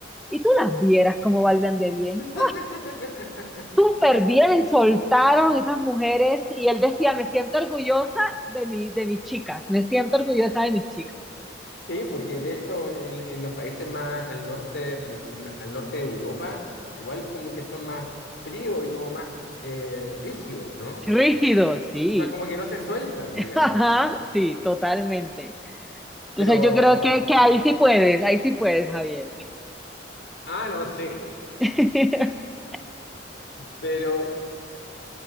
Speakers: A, in the centre; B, on the left.
A: y tú las vieras cómo bailan de bien.
B: <laughs>
A: Súper bien, soltaron esas mujeres y él decía, me siento orgullosa de, mi, de mis chicas, me siento orgullosa de mis chicas.
B: Sí, porque de hecho en, en los países más al norte, en el- en- al norte de Europa, igual como que son más fríos y como más eh, rígidos, ¿no?
A: Rígido, sí,
B: O sea, como que no se sueltan,
A: <laughs>
B: digamos.
A: Ajá, sí, totalmente. Entonces
B: Pero,
A: yo creo que, que ahí sí puedes, ahí sí puedes, Javier.
B: ah, no sé.
A: <laughs>
B: Pero,